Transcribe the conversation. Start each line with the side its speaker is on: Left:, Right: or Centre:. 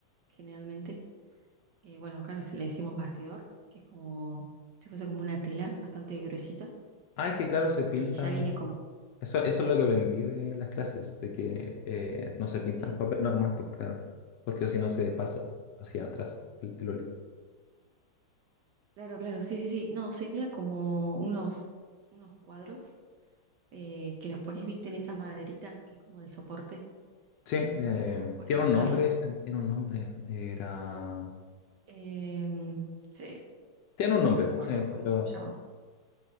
Right: generalmente. Eh, bueno, acá nos le decimos bastidor, que es como si fuese como una tela bastante gruesita
Left: Ah, es que claro, se pintan.
Right: y ya viene como...
Left: Eso, eso es lo que aprendí de las clases, de que eh, no se pinta
Right: sí.
Left: en papel normal, pues claro, porque si no se pasa hacia atrás el, el óleo.
Right: Claro, claro, sí, sí, sí. No, sería como unos, unos cuadros eh, que los pones, viste, en esa maderita, que es como de soporte
Left: Sí, eh,
Right: para poder
Left: tiene
Right: pintarlo.
Left: un nombre, ese, tiene un nombre, era...
Right: Em, sí,
Left: Tiene
Right: no
Left: un nombre,
Right: me acuerdo
Left: sí,
Right: cómo
Left: pero,
Right: se llama.